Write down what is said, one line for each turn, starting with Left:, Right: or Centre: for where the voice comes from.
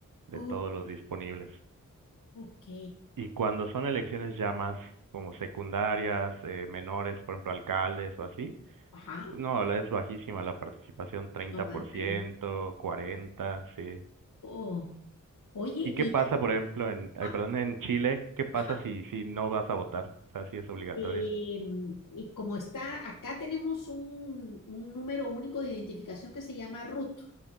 Right: de
Left: Oh,
Right: todos los disponibles.
Left: ok.
Right: Y cuando son elecciones ya más como secundarias, eh, menores, por ejemplo, alcaldes o así,
Left: Ajá.
Right: no, la- es bajísima la participación, 30%,
Left: No, ándale.
Right: 40%, sí.
Left: Oh. Oye,
Right: ¿Y
Left: y
Right: qué pasa,
Left: la-
Right: por ejemplo, en, ay,
Left: ah,
Right: perdón, en Chile? ¿Qué pasa
Left: ajá,
Right: si, si no vas a votar? O sea, si es obligatorio.
Left: eh, mm, y como está, acá tenemos un, un número único de identificación que se llama RUT,